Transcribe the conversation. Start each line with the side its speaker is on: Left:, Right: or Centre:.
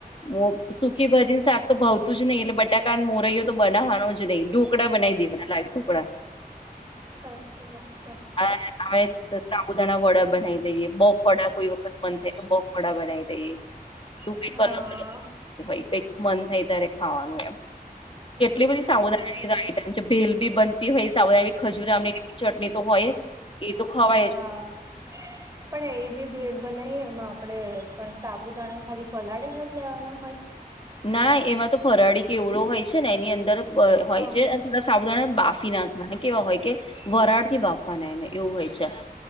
Left: મો સુકી ભાજી ને શાક તો ભાવતું જ નહી એટલે બટાકા મોરૈયો તો બનાવવાનો જ નઈં ઢોકડા બનાવી દેવા લાગ <unintelligible>
Right: સાચી વાત છે
Left: હ સાબુદાણા વડા બનાવી ઈએ બફળા કોઈ વખત મન થાય તો બફળા બનાવી દઈએ તું કઈક
Right: હા
Left: અલગ ભાઈ કઈક મન થાય ત્યારે ખાવાનું એમ કેટલી બધી સાવુધાન
Right: સાચી વાત
Left: મ ભેલ બી બનતી હોય સાવધા ખજૂર ચટણી તો હોય જ એ તો ખવાય
Right: હા
Left: જ
Right: પણ એ જે ભેર બનાવી એમાં આપડે પણ સાબુદાણા ખાલી પલાળેલા જ લેવાના હોય
Left: ના એમાં તો ફરાળી કેવડો હોય છે ને એની અંદર
Right: હા
Left: હોય છે. થડા સાબુદાણા બાફી નાખવા કેવા હોય કે વરાળથી બાફવાના એને એવું હોય છે